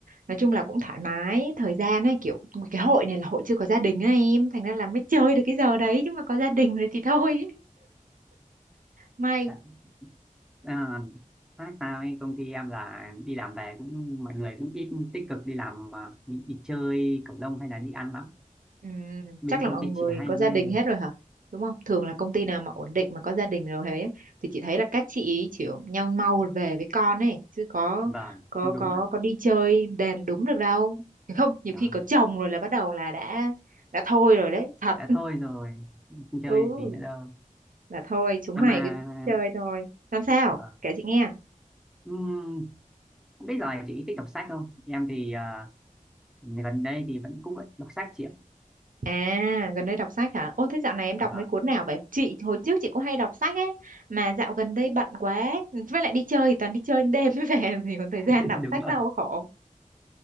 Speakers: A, on the right; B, in the centre.
A: nói chung là cũng thoải mái thời gian ấy kiểu cái hội này là hội chưa có gia đình á em thành ra là mới chơi được cái giờ đấy chứ mà có gia đình rồi thì thôi may
B: ừ, À, khác sao ấy, công ty em là đi làm về cũng mọi người cũng ít tích cực đi làm mà đi, đi chơi cộng đồng hay là đi ăn lắm
A: Ừ,
B: bên
A: chắc là
B: công
A: mọi
B: ty
A: người
B: chị hay
A: có gia
B: ghê
A: đình hết rồi hả? Đúng không? Thường là công ty nào mà ổn định mà có gia đình rồi thế thì chị thấy là các chị ý chỉ nhau mau về với con ấy chứ có
B: vâng
A: có
B: cũng đúng
A: có
B: đó,
A: có đi chơi đèn đúng được đâu. Không, nhiều
B: đó.
A: khi có chồng rồi là bắt đầu là đã đã thôi rồi đấy, thật.
B: đã thôi rồi không chơi
A: Ừ,
B: gì nữa đâu
A: là thôi chúng
B: à
A: mày
B: mà
A: cứ chơi thôi. Làm sao?
B: vâng.
A: Kể chị nghe.
B: Ừm, không biết rồi chị thích đọc sách không em thì à, gần đây thì vẫn cũng vẫn đọc sách chị ạ
A: À, gần đây đọc sách hả? Ô, thế dạo này em đọc
B: vâng
A: mấy cuốn nào vậy? Chị, hồi trước chị cũng hay đọc sách ấy, mà dạo gần đây bận quá Với lại đi chơi thì toàn đi chơi đến đêm mới về, <laughs> thì còn thời
B: <laughs>
A: gian đọc
B: đúng
A: sách
B: rồi
A: đâu khổ.